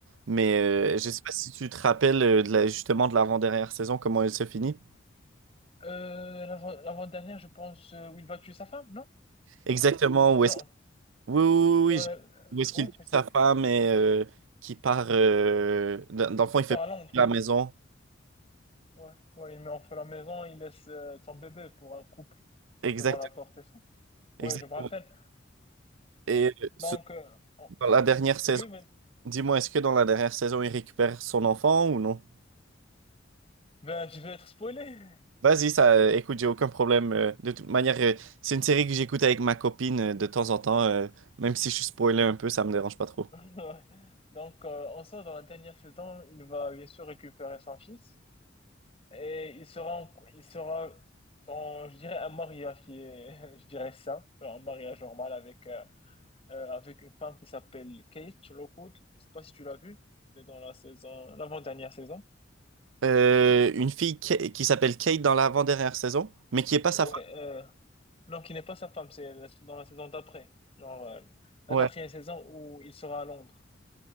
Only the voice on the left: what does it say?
ouais.
Euh, l'avant, l'avant-dernière, je pense, euh, où il va tuer sa femme, non?
Ou,
non,
euh,
ouais,
c'est ça.
Il
part
à Londres.
Ouais, ouais, il met en feu la maison, il laisse, euh, son bébé pour un couple
devant la porte, c'est ça?
Ouais, je me rappelle.
Ouais.
Donc, euh, on-
oui, oui.
Ben, je vais être spoilé. <laughs>
Ouais. Donc, euh, en soi, dans la dernière saison, il va bien sûr récupérer son fils et il sera, en- il sera dans, je dirais, un mariage qui est, <laughs> je dirais, sain, un mariage normal avec, euh, euh, avec une femme qui s'appelle Kate Lockwood. Je sais pas si tu l'as vue. C'est dans la saison, l'avant-dernière saison.
Ouais,
euh, non, qui n'est pas sa femme, c'est la- dans la saison d'après, genre euh, la
quatrième saison où il sera à Londres.